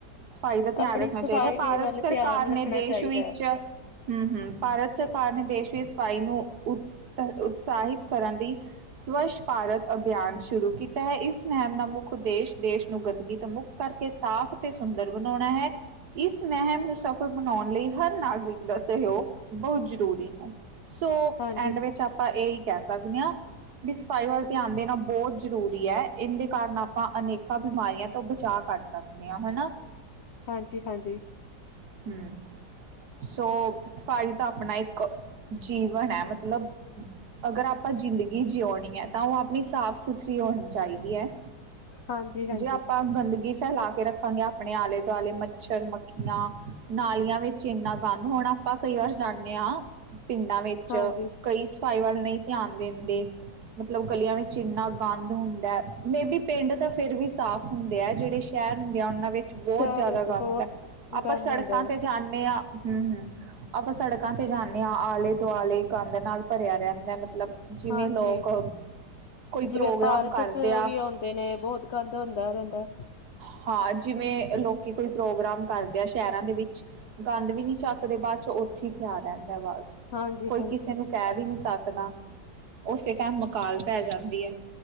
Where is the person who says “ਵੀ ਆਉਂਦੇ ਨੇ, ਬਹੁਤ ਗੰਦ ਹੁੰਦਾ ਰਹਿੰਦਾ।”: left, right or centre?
Left